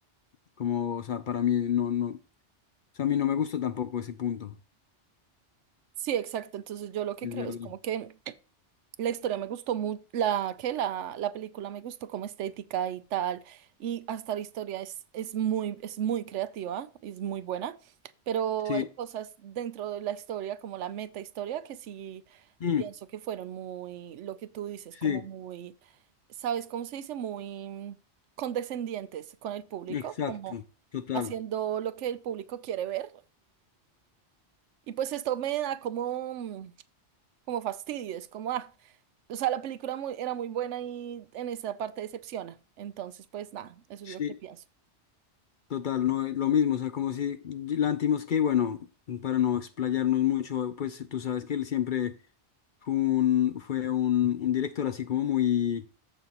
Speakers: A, on the left (about 55°); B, on the right (about 85°).
A: como, o sea, para mí no, no, o sea, a mí no me gusta tampoco ese punto,
B: Sí, exacto. Entonces yo lo que
A: es
B: creo
A: verdad.
B: es como que la historia me gustó mucho, la que la, la película me gustó como estética y tal, y hasta la historia es, es muy, es muy creativa, es muy buena, pero
A: Sí,
B: hay cosas dentro de la historia, como la meta historia, que sí
A: mm,
B: pienso que fueron muy, lo que tú dices, como
A: sí,
B: muy, ¿sabes cómo se dice? Muy condescendientes con el público,
A: exacto,
B: como
A: total,
B: haciendo lo que el público quiere ver y pues esto me da como, mm, como fastidio, es como, ah, o sea, la película muy, era muy buena y en esa parte decepciona. Entonces, pues nada, eso
A: sí,
B: es lo que pienso.
A: total, no, es lo mismo, o sea, como si Lantimos que, bueno, para no explayarnos mucho, pues tú sabes que él siempre fue un, fue un, un director así como muy